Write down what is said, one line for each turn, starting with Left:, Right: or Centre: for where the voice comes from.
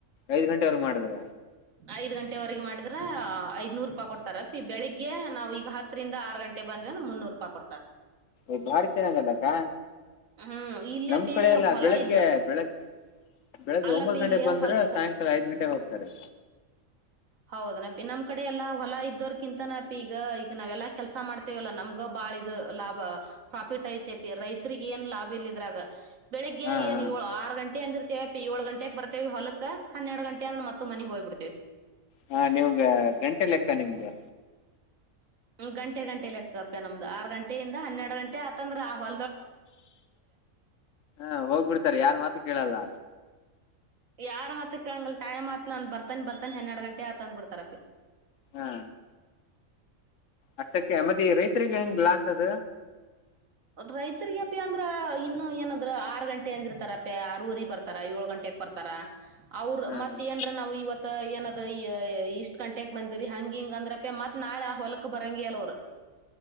Left: ಐದ್ ಗಂಟೆವರೆಗ ಮಾಡಿದ್ರ
Right: ಐದ ಗಂಟೆರೆಗೆ ಮಾಡ. ಆದ್ರ ಐದ್ನೂರು ರೂಪಾಯಿ ಕೊಡ್ತಾರ ಬೆಳಿಗ್ಗೆ ನಾವ್ ಈಗ ಹತ್ತರಿಂದ ಆರು ಗಂಟೆ ಬಂದ್ವಿ ಅಂದೆ ಮುನ್ನೂರು ರೂಪಾಯಿ ಕೊಡ್ತಾರ.
Left: ್ ಭಾರಿ ಚೆನ್ನಾಗಲ್ಲಕ್ಕ
Right: ಹ್ಮ್ ಇಲ್ಲಿ
Left: ನಮ್
Right: ಅಪ್ಪಿ
Left: ಕಡೆ ಎಲ್ಲ
Right: ಹೊಲ
Left: ಬೆಳಗ್ಗೆ
Right: ಇದ್ದ
Left: ಬೆಳಗ್. ಬೆಳಗ್ಗೆ
Right: ಅಲ್ಲಪ್ಪಿ
Left: ಒಂಬತ್ತು ಗಂಟೆ
Right: ಇಲ್ಲಿ
Left: ಬಂದ್ರೆ
Right: ಹೊಲ್
Left: ಸಾಯಂಕಾಲ ಐದ್ ಗಂಟೆಗೆ ಹೋಗ್ತಾರೆ
Right: ಹೌದನಪಿ ನಮ್ ಕಡೆ ಎಲ್ಲಾ ಹೊಲ ಇದ್ದೋರ್ಕಿಂತನಪಿ ಈಗ ಈಗ ನಾವೆಲ್ಲಾ ಕೆಲ್ಸ ಮಾಡ್ತೇವಲ್ಲಾ ನಮ್ಗ ಬಾಳ ಇದ್ ಲಾಭ ಪ್ರಾಫಿಟ್ ಐತಿ ಅಪಿ ರೈತರಿಗ ಏನ್ ಲಾಭ ಇಲ್ಲ ಇದ್ರಾಗ ಬೆಳಿಗ್ಗೆ
Left: ಹಾ
Right: ಏನು
Left: ಹಾ
Right: ಏಳು ಆರು ಗಂಟೆ ಅಂದ್ರೆ ವ ಏಳು ಗಂಟೆಗ್ ಬರ್ತೇವಿ ಹೊಲಕ್ ಹನ್ನೆರ ಗಂಟೆಂದ್ರ ಮತ್ತ ಮನೆಗ್ ಹೋಗ್ಬ ಬಿಡ್ತೇವಿ
Left: ಹಾ ನಿವಗೆ ಗಂಟೆ ಲೆಕ್ಕ ನಿಮ್ಗೆ
Right: ಹ್ಮ ಗಂಟೆ ಗಂಟೆ ಲೆಕ್ಕಪ್ಪ ನಮ್ದು ಆರು ಗಂಟೆಯಿಂದ ಹನ್ನೆರಡು ಗಂಟೆ ಆ. ತಂದ್ರ ಆ ಹೊ.
Left: ಹ ಹೋಗ್ಬಿಡ್ತಾರೆ ಯಾರು ಮಾತು ಕೇಳಲ್ಲ.
Right: ಯಾರ ಮತ್ತ ಕಂಗಲ್ ಟೈಮ್ ಆತ್ ನಂದ್ ಬರ್ತಾನಿ ಬರ್ತಾನಿ ಹನ್ನೆರಡ್ ಗಂಟೆ ಆತ್ ಅಂದ್ ಬಿಡ್ತಾರತಿ.
Left: ಹ್ಮ. ಅಷ್ಟಕ್ಕೆ ಮತ್ತೆ ಈ ರೈತರಿಗೆ ಹೆಂಗ್ ಲಾಸ್ ಅದ.
Right: ರೈತರಿಗ ಅಪ ಅಂದ್ರ ಇನ್ನು ಏನಾದ್ರ ಆರು ಗಂಟೆ ಅಂದಿರ್ತಾರಪ ಆರ ಊರಿಗೆ ಬರ್ತಾರ ಏಳ ಗಂಟೆಕ್ ಬರ್ತಾರ. ಅವ್ರ
Left: ಹ್ಮ್
Right: ಮತ್
Left: ಹ್ಮ್
Right: ಏನ್ರ ನಾವು ಇವತ್ತ ಏನಾದ ಇಷ್ಟ ಕಂಟೆಕ್ ಬಂದಿರಿ ಹಂಗ ಹಿಂಗ ಅಂದ್ರಪ್ಪ ಮತ್ ನಾಳೆ ಆ ಹೊಲಕ್ ಬರಂಗಿ ಅಲ್ ಅವರು.